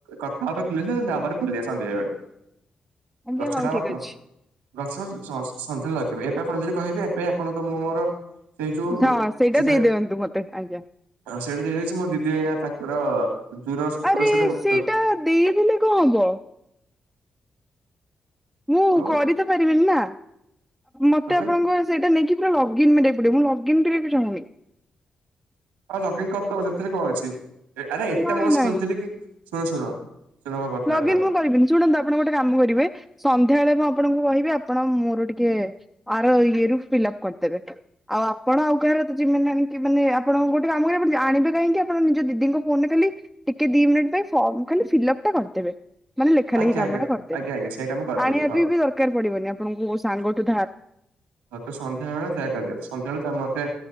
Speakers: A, on the right; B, in the centre.
A: କଥା ହେବା <unintelligible> ଖୋଲିିବା ସନ୍ଧ୍ୟା ବେଳେ।
B: ଆଜ୍ଞା
A: ଗଛଟା
B: ହଉ
A: ହବ
B: ଠିକ
A: କଁ
B: ଅଛି
A: ଗଛ ସନ୍ଧ୍ୟାରେ ଲଗେଇବେ ଏବେ ଆପଣ ଯଦି କହିବେ ଏବେ ଆପଣଙ୍କୁ ମୁଁ ମୋର ସେଇ ଯୋଉ,
B: ହଁ ସେଇଟା
A: ଜି ମେ
B: ଦେଇଦିଅନ୍ତୁ ମତେ ଆଜ୍ଞା
A: ସେଇଟା ଦେଇଦେଇଛି ମୋ ଦିଦି ଏଇନା <unintelligible>
B: ଆରେ ସେଇଟା ଦେଇଦେଲେ କଣ ହବ? ମୁଁ
A: ଆଉ
B: କରି ତ ପାରିବିନି ନା ମତେ
A: କଣ ପାଇଁ
B: ଆପଣଙ୍କ ସେଇଟା ନେଇକି ପୁରା ଲଗଇନ ମାରିବାକୁ ପଡିବ, ମୁଁ ଲଗଇନ କରିବାକୁ ଚାହୁଁନି।
A: ହଁ ଲଗ୍ଇନ କରିଦେବ ସେଥିରେ କଣ ଅଛି, ଆରେ ଏଟା
B: ନାଇଁ
A: ମୁଁ ବସ୍
B: ନାଇଁ
A: ଖୋଲିଥିଲି କି ଶୁଣ ଶୁଣ ଶୁଣ ମୋ କଥାଟା
B: ଲଗଇନ୍
A: କର
B: ମୁଁ କରିବିନି ଶୁଣନ୍ତୁ ଆ ଆପଣ ଗୋଟେ କାମ କରିବେ ସନ୍ଧ୍ୟାବେଳେ ମୁଁ ଆପଣଙ୍କୁ କହିବି ଆପଣ ମୋର ଟିକେ ଆର ଇଏରୁ ଫିଲ୍ଅପ କରିଦେବେ। ଆଉ ଆପଣ ଆଉ କାହାର ଜିମେଲ ଆଣିକି ମାନେ ଆପଣ ଗୋଟେ କାମ କରିବା ଆଣିବେ କାହିଁକି ଆପଣ ନିଜ ଦିଦିଙ୍କ ଫୋନରେ ଖାଲି ଟିକେ ଦି ମିନିଟ୍ ପାଇଁ ଫର୍ମ ଖାଲି ଫିଲ୍ଅପ୍ ଟା କରିଦେବେ। ମାନେ ଲେଖା
A: ଆଜ୍ଞା
B: ଲେଖି କାମଟା
A: ଆଜ୍ଞା
B: କରିଦେବେ,
A: ଆଜ୍ଞା ଆଜ୍ଞା ସେଇଟା ମୁଁ କରିଦେବି
B: ଆଣିବା
A: ହଁ।
B: ପବି ଦରକାର ପଡିବନି ଆପଣଙ୍କୁ ସାଙ୍ଗଠୁ ଧାର।
A: ହଉ ତ ସନ୍ଧ୍ୟାବେଳେ ସେଇୟା କରିବା ସନ୍ଧ୍ୟାବେଳେ ତମେ ମତେ